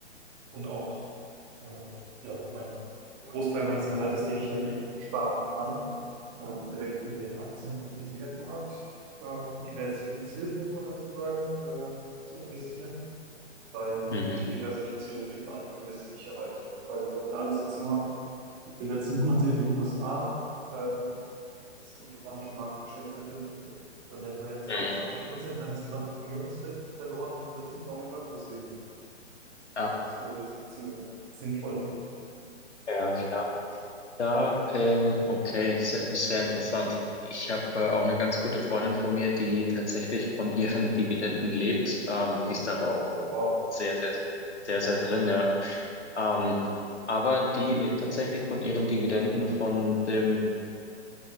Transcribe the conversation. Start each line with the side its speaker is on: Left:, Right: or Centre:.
Right: und auch äh, ja, mein Großteil meines Gehaltes, den ich halt eben sparen kann, ähm, direkt in den Aktien- und ETF-Markt äh, diversifiziert, muss man dazu sagen, äh, zu investieren, weil
Left: Mhm.
Right: durch Diversifizierung kriegt man halt eine gewisse Sicherheit. Weil wenn man alles jetzt nur die letzten Monate in den USA äh, das im amerikanischen Markt gesteckt hätte, dann hätte man jetzt
Left: Mhm.
Right: gerade 20 Prozent seines gesamten Vermögens verloren in den letzten paar Monaten. Deswegen ist
Left: Ja,
Right: eine gewisse Diversifizierung sinnvoll.
Left: ja, klar. Ja, ähm, okay, sehr, sehr interessant. Ich habe äh, auch eine ganz gute Freundin von mir, die tatsächlich von ihren Dividenden lebt. Ähm, die ist da aber auch
Right: Oh, wow.
Left: sehr, sehr, sehr, sehr sehr drin, ja. Ähm, aber die lebt tatsächlich von ihren Dividenden, von dem,